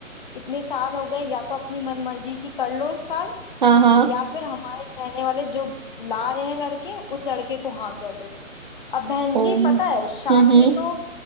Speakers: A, on the left (about 35°); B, on the right (about 35°).
A: इतने साल हो गए या तो अपनी मनमर्जी की कर लो इस साल
B: हाँ हाँ
A: या फिर हमारे कहने वाले जो ला रहे हैं लड़के उस लड़के को हाँ कह दो अब बहन
B: ओ
A: जी
B: हम्म
A: पता है शादी
B: हम्म
A: तो